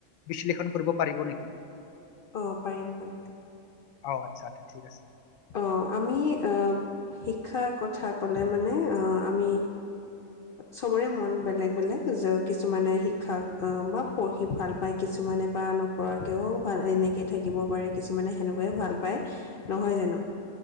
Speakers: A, on the left; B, on the left.
A: বিশ্লেষণ কৰিব পাৰিব নেকি
B: অ পাৰিম পাৰিম।
A: অ আচ্ছা্া ঠিক আছে।
B: অ আমি শিক্ষাৰ কথা ক'লে মানে আমি চবৰে মন বেলেগ বেলেগ কিছুমানে শিক্ষা বা পঢ়ি ভাল পায় কিছু কিছুমানে বা নপৰাকৈও ভাল এনেকৈ থাকিব পাৰে কিছুমানে সেনেকুৱাই ভাল পায় নহয় জানো অ